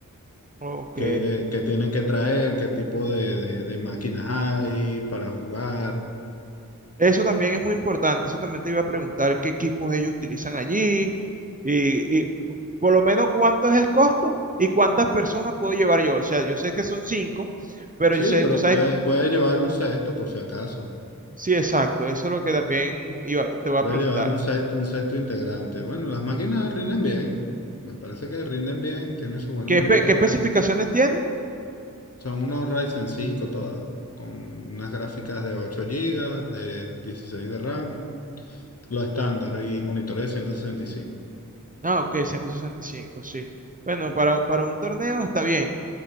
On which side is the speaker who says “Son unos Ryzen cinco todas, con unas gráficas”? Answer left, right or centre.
Left